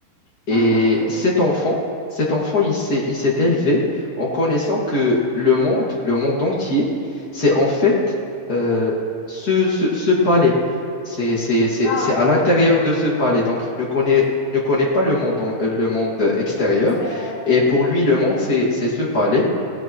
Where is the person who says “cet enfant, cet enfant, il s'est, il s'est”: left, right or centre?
Left